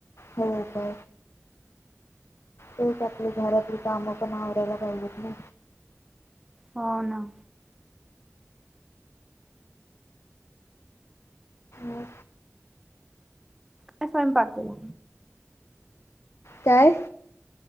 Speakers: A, on the left; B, in the centre.
A: हो का तेच आपले घरातील कामं पण आवरायला पाहिजेत ना.
B: हो ना.
A: मग
B: काय स्वयंपाक केला?
A: काय?